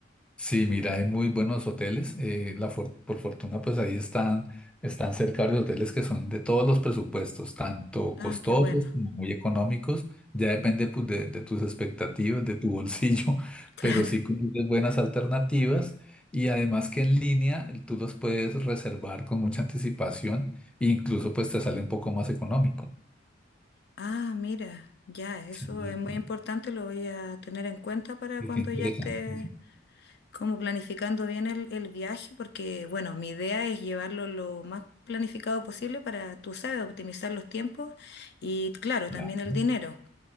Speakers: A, in the centre; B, on the left.
A: Sí, mira, hay muy buenos hoteles. eh, la for- por fortuna, pues ahí están, están cerca varios hoteles que son de todos los presupuestos, tanto
B: Ah,
A: costosos
B: qué bueno,
A: como muy económicos. Ya depende pues, de, de tus expectativas, de tu bolsillo, <laughs>
B: <laughs> claro.
A: pero sí conoces buenas alternativas. Y además que en línea tú los puedes reservar con mucha anticipación e incluso pues te sale un poco más económico.
B: Ah, mira, ya, eso
A: Sí, sí,
B: es muy
A: sí,
B: importante, lo voy a tener en cuenta para
A: es
B: cuando
A: interesante.
B: ya esté
A: sí,
B: como planificando bien el, el viaje, porque bueno, mi idea es llevarlo lo más planificado posible para, tú sabes, optimizar los tiempos y claro,
A: claro.
B: también el
A: ¿no?
B: dinero.